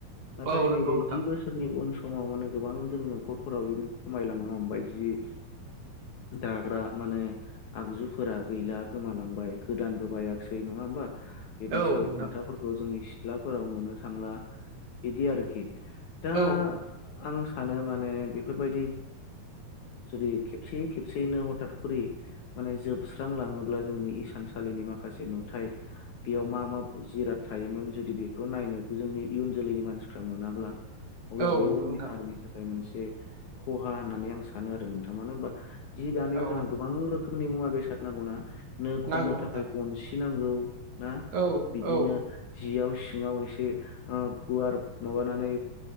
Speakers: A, on the left (about 65°); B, on the right (about 55°).
A: नाथाय
B: औ
A: नैबे
B: नंगौ नोंथां
A: जि बोसोरनि उन समाव माने गोबां जोंनि न'खरफोराव बिदिनो खमायलांनो हमबाय जि दाग्रा माने आगजुफोरा गैला गोमालांबाय। गोदानबो बायाखसै नङा होमबा बिदिनो
B: औ
A: साल
B: नोंथां
A: खुन्थाफोरखौ जोंनि सिथ्लाफोराव नुनो थांला बिदि आरोखि। दा
B: औ
A: आं सानो माने बेफोरबायदि जुदि खेबसेै खेबसेैनो हथत खरि माने जोबस्रां लाङोब्ला जोंनि इसान माखासे नुथाय बेयाव मा मा मुवा थायोमोन जुदि बेखौ नायनो जों जोलैनि मानसिफ्रा मोनाब्ला अब्ला
B: औ
A: बेयो
B: नंगौ
A: जोंनि
B: नोंथां
A: हारिनि थाखाय मोनसे खहा होननानै आं सानो आरो नोंथां मानो होमबा जि दानायाव
B: औ
A: जोंहा गोबां रोखोम- -नि मुवा बेसाद नांगौ ना नो खननो
B: नांगौ नोंथां
A: थाखाय सि नांगौ ना
B: औ
A: बिदिनो
B: औ
A: जियाव सिङाव एसे गुवार माबानानै